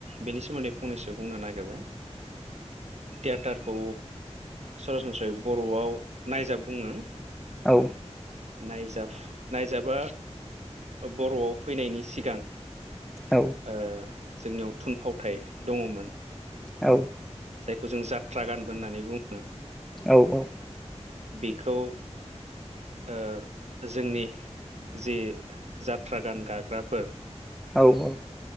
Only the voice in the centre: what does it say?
औ।
औ।
औ।
औ औ।
औ।